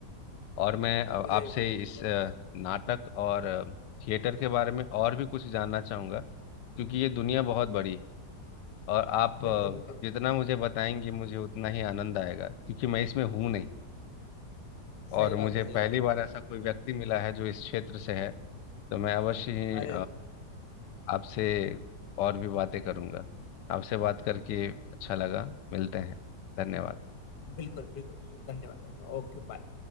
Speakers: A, on the left; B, on the left.
A: और मैं अ,
B: मुझे
A: आपसे
B: मुझे
A: इस
B: बहुत
A: अ,
B: अच्छा लगा
A: नाटक और अ, थिएटर के बारे में और भी कुछ जानना चाहूँगा क्योंकि ये दुनिया बहुत बड़ी है और आप अ,
B: बिल्कुल बिल्कुल
A: जितना मुझे बताएंगे मुझे उतना ही आनंद आएगा क्योंकि मैं इसमें हूँ नहीं और
B: सही
A: मुझे
B: बात है
A: पहली
B: सही बात
A: बार ऐसा कोई व्यक्ति मिला है जो इस क्षेत्र से है तो मैं अवश्य ही
B: है अरे
A: आपसे और भी बातें करूंगा आपसे बात करके अच्छा लगा मिलते हैं धन्यवाद
B: बिल्कुल बिल्कुल धन्यवाद Okay bye